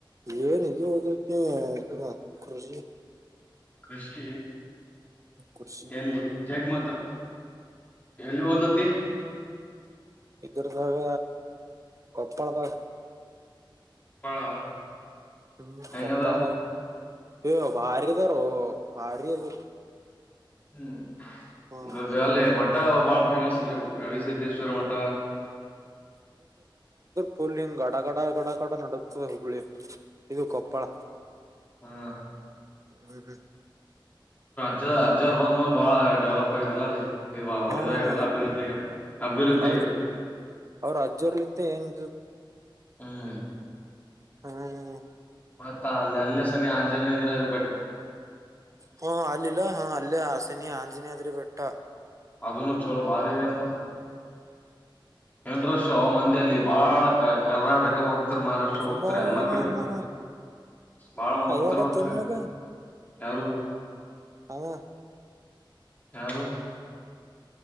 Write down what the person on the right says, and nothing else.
ಏನ್ ಇದುದು ಹ್ಮ ಹ ಕಜಿ
ಕೃಷಿ
ಇದರ್ಗಾಗ ಕೊಪ್ಪಳ ಬ
ಹ್ಮ
ಕಪಳ ತ ಹ ಬಾರಿ ಅಾರೋ ಭಾರ ಅದು
ಹ್ಮ್
ಪೂಲಿಿಂದ ಗಡ ಗಡ ಗಡ ಗಡ ನಡಗ್ತದೆ ಹುಬ್ಳಿ ಇದು ಕೊಪ್ಪಳ
ಹ್ಮ್ ಹ್ಮ್
ಹ್ಮ
ಅವ್ರ
ಅವ್ರ ಅಜ್ಜೋರ್ಲಿಂತ ಏನು
ಹ್ಮ್
ಹ್ಮ ಅಲ್ಲಿಲ್ಲ ಹಾ ಅಲ್ಲೇ ಹಸಿನಿ ಆಂಜನೇ ಆದೆ ಅ ಬೆಟ್ಟ
ಅಬ್ಬಬ್ಬಾ
ಹಾ
ಅಯ್ಯೋ ಗೊತ್ತೇನ್
ನಿನಗ
ಅವ